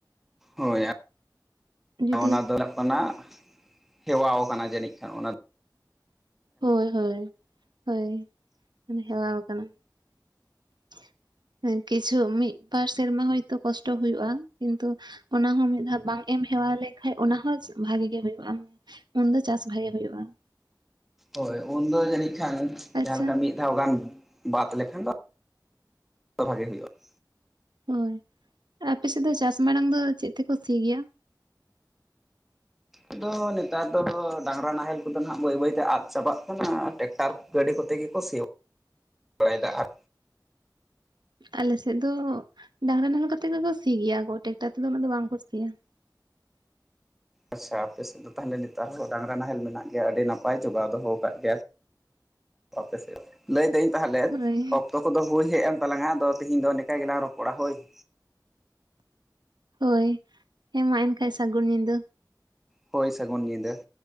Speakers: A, in the centre; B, on the right (about 75°).
A: ᱦᱳᱹᱭ
B: ᱡᱩᱫᱤ
A: ᱚᱱᱟ ᱫᱚ ᱦᱩᱭᱩᱜ ᱠᱟᱱᱟ ᱦᱮᱣᱟᱣ ᱟᱠᱟᱱᱟ ᱡᱟᱹᱱᱤᱡ ᱠᱷᱟᱱ ᱚᱱᱟ ᱾
B: ᱦᱳᱹᱭ ᱦᱳᱹᱭ ᱦᱳᱹᱭ ᱢᱟᱱᱮ ᱦᱮᱣᱟᱣ ᱠᱟᱱᱟ ᱾ ᱠᱤᱪᱷᱩ ᱢᱤᱫ ᱵᱟᱨ ᱥᱮᱨᱢᱟ ᱦᱚᱭᱛᱳ ᱠᱚᱥᱴᱚ ᱦᱩᱭᱩᱜᱼᱟ ᱠᱤᱱᱛᱩ ᱾ ᱚᱱᱟᱦᱚᱸ ᱢᱤᱫ ᱫᱷᱟᱣ ᱵᱟᱝ ᱮᱢ ᱦᱮᱣᱟ ᱞᱮᱱᱠᱷᱟᱡ ᱚᱱᱟᱦᱚᱸ ᱵᱷᱟᱜᱤ ᱜᱮ ᱦᱩᱭᱩᱜᱼᱟ ᱾ ᱩᱱ ᱫᱚ ᱪᱟᱥ ᱵᱷᱟᱜᱮ ᱦᱳᱭᱳᱜᱼᱟ ᱾
A: ᱦᱳᱭ ᱩᱱ ᱫᱚ ᱡᱟᱹᱱᱤᱡ ᱠᱷᱟᱱ
B: ᱟᱪᱪᱷᱟ
A: ᱡᱟᱦᱟᱸ ᱞᱮᱠᱟ ᱢᱤᱫ ᱾ ᱢᱤᱫ ᱫᱷᱟᱣ ᱜᱟᱱ ᱵᱟᱫ ᱞᱮᱠᱷᱟᱱ ᱫᱚ ᱵᱷᱟᱜᱮ ᱦᱩᱭᱩᱜᱼᱟ ᱾
B: ᱦᱳᱭ ᱟᱯᱮᱥᱮᱫ ᱫᱚ ᱪᱟᱥ ᱢᱟᱲᱟᱝ ᱫᱚ ᱪᱮᱫ ᱛᱮᱠᱚ ᱥᱤ ᱜᱮᱭᱟ?
A: ᱟᱫᱚ ᱱᱮᱛᱟᱨ ᱫᱚ ᱰᱟᱝᱨᱟ ᱱᱟᱦᱮᱞ ᱠᱚ ᱫᱚ ᱱᱟᱦᱟᱜ ᱵᱟᱹᱭ ᱵᱟᱹᱭ ᱛᱮ ᱟᱫ ᱪᱟᱵᱟᱜ ᱠᱟᱱᱟ ᱴᱮᱠᱴᱟᱨ ᱜᱟᱹᱰᱤ ᱠᱚᱛᱮ ᱜᱮ ᱠᱚ ᱥᱮᱭᱟ
B: <inaudible>
A: ᱾ ᱵᱟᱲᱟᱭ ᱫᱟ ᱟᱨ
B: ᱟᱞᱮᱥᱮᱫ ᱫᱚ ᱰᱟᱝᱨᱟ ᱱᱟᱦᱮᱞ ᱠᱚᱛᱮ ᱜᱮ ᱠᱚ ᱥᱤ ᱜᱮᱭᱟ ᱠᱚ ᱴᱮᱠᱴᱟᱨ ᱛᱮ ᱫᱚ ᱩᱱᱟᱹᱜ ᱫᱚ ᱵᱟᱝ ᱠᱚ ᱥᱤᱭᱟ ᱾
A: ᱟᱪᱪᱷᱟ ᱟᱯᱮᱥᱮᱫ ᱫᱚ ᱛᱟᱦᱮᱞᱮ ᱱᱮᱛᱟᱨ ᱦᱚᱸ ᱰᱟᱝᱨᱟ ᱱᱟᱦᱮᱞ ᱢᱮᱱᱟᱜ ᱜᱮᱭᱟ ᱟᱹᱰᱤ ᱱᱟᱯᱟᱭ ᱡᱚᱜᱟᱣ ᱫᱚᱦᱚ ᱟᱠᱟᱫ ᱜᱮᱭᱟ ᱾ ᱟᱯᱮ ᱥᱮᱫ ᱨᱮ ᱾ ᱞᱟᱹᱭᱫᱟᱹᱧ ᱛᱟᱦᱟᱞᱮ
B: ᱦᱳᱭ
A: ᱚᱠᱛᱚ ᱠᱚ ᱫᱚ ᱦᱳᱭ ᱦᱮᱡ ᱮᱱ ᱛᱟᱞᱟᱝᱼᱟ ᱟᱫᱚ ᱛᱤᱦᱤᱧ ᱫᱚ ᱱᱤᱠᱟ ᱜᱮᱞᱟᱝ ᱨᱚᱯᱚᱲᱟ ᱦᱳᱭ ᱾
B: ᱦᱳᱭ ᱦᱮᱸᱢᱟ ᱮᱱᱠᱷᱟᱱᱡ ᱥᱟᱹᱜᱩᱱ ᱧᱤᱫᱟᱹ᱾
A: ᱦᱳᱭ ᱥᱟᱹᱜᱩᱱ ᱧᱤᱫᱟᱹ ᱾